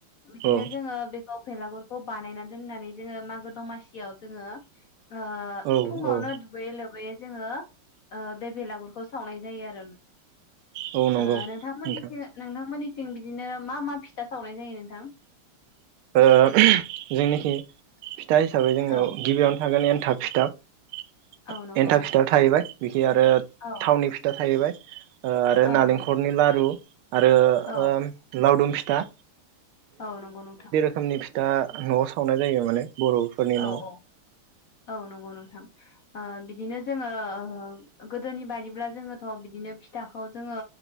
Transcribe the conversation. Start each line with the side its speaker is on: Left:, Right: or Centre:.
Left: बिदिनो
Right: औ
Left: जोङो बेखौ भेलागुर खौ बानायनानै दोननानै जोङो मागो दमासियाव जोङो ओ
Right: औ
Left: फुङावनो
Right: औ
Left: दुगै लोब यो जोङो ओ बे बेलागरखौ सावनाय जायो आरो
Right: औ नंगौ
Left: ओ नोंथांमोननिथिं
Right: नोंथां
Left: नोंथांमोननिथिं बिदिनो मा मा फिथा सावनाय जायो नोंथां
Right: ओ जोंनिथिं फिथा हिसाबै जोङो
Left: औ
Right: गिबियावनो थागोन एन <unintelligible>
Left: औ नंगौ
Right: एन्थाब फिथाब थाहैबाय खि आरो
Left: औ
Right: थावनि फिथा थाहैबाय ओ आरो
Left: औ
Right: नालेंखरनि
Left: नंगौ
Right: लारु आरो
Left: औ
Right: ओम लावदुम फि दा
Left: औ नंगौ नोंथां
Right: ओंखामनि फिथा नआव सावनाय जायो माने बरफोरनि
Left: औ
Right: न
Left: औ औ नंगौ नोंथां ओ बिदिनो जोङो ओ गोदोनि बादिब्ला जोङोथ बिदिनो फिथाखौ जोङो